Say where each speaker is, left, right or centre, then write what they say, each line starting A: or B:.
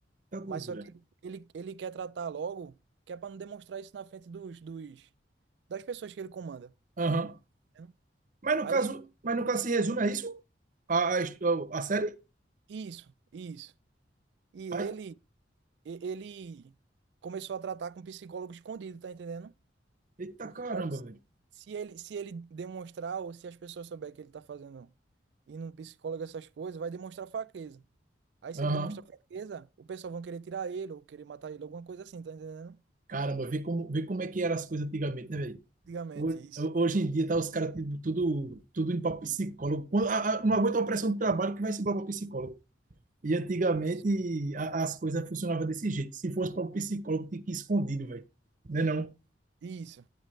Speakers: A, on the right (about 45°); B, on the right (about 70°).
A: Tá doideira.
B: Mas só que ele, ele quer tratar logo, que é pra não demonstrar isso na frente dos, dos das pessoas que ele comanda.
A: Aham.
B: tá entendendo?
A: Mas no
B: Aí
A: caso,
B: ele.
A: mas no caso se resume a isso? A, a, histó- a série?
B: Isso, isso. E ele,
A: Ai,
B: e- ele começou a tratar com psicólogo escondido, tá entendendo?
A: eita
B: Porque
A: caramba,
B: pode-
A: velho.
B: se ele, se ele demonstrar ou se as pessoas souberem que ele tá fazendo indo num psicólogo essas coisas, vai demonstrar fraqueza. Aí se
A: Aham.
B: ele demonstrar fraqueza, o pessoal vão querer tirar ele ou querer matar ele, alguma coisa assim, tá entendendo?
A: Caramba, vê como, vê como é que eram as coisas antigamente, né, velho?
B: Antigamente,
A: Ho-
B: isso.
A: Hoje em dia tá os caras tudo, tudo tudo indo para psicólogo. Quando- a- a- Não aguenta a pressão do trabalho que vai se para psicólogo. E antigamente
B: Isso,
A: a- as coisas funcionavam desse jeito. Se fosse para o psicólogo, tinha que ir escondido, velho. Né não?
B: Isso,